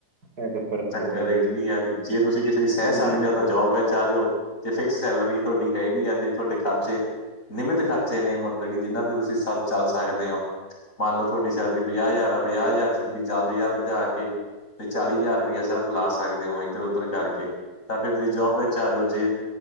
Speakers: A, on the right; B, on the left.
A: ਇਹ ਤੇ ਫਰਕ
B: ਚੱਕਰ
A: ਪੈਂਦਾ ਹੈ
B: ਇਹ ਵੀ ਆ ਜੇ ਤੁਸੀਂ ਕਿਸੇ ਦੀ ਸਹਿ ਸਕਦੇ
A: ਜੀ
B: ਹੋ ਤਾਂ ਜੋਬ ਵਿੱਚ ਆ ਜਾਓ। ਤੇ ਫਿਕਸ ਸੈਲਰੀ ਤੁਹਾਡੀ ਹੈਗੀ ਅਜੇ ਤੁਹਾਡੇ ਖਰਚੇ, ਨਿਮਿਤ ਖਰਚੇ ਨੇ ਮਤਲਬ ਕਿ ਜਿਹਨਾਂ ਤੇ ਤੁਸੀਂ ਸਰ ਚੱਲ ਸਕਦੇ ਹੋ, ਮੰਨ ਲਓ ਤੁਹਾਡੀ ਸੈਲਰੀ ਪੰਜਾਹ ਹਜ਼ਾਰ ਆ ਪੰਜਾਹ ਹਜ਼ਾਰ ਚ ਤੁਸੀਂ ਜਦ ਹਜ਼ਾਰ ਭਜਾ ਕੇ ਤੇ ਚਾਲੀ ਹਜ਼ਾਰ ਰੁਪਇਆ ਸਿਰਫ ਲਾ ਸਕਦੇ ਹੋ ਇੱਧਰ ਉਧਰ ਕਰਕੇ, ਤਾਂ ਫੇਰ ਤੁਸੀਂ ਜੋਬ ਵਿੱਚ ਆ ਜਾਓ ਜੇ